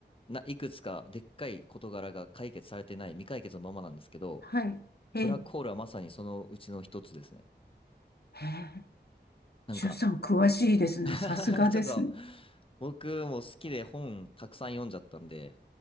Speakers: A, on the left; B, on the left.
A: な、いくつかでっかい事柄が解決されてない、未解決のままなんですけど、
B: はい。ええ。
A: ブラックホールはまさにそのうちの一つですね。
B: へえ。
A: なんか
B: しゅんさん、詳しいですね。
A: <laughs>
B: さすがですね。
A: ちょっと、僕も好きで本たくさん読んじゃったんで、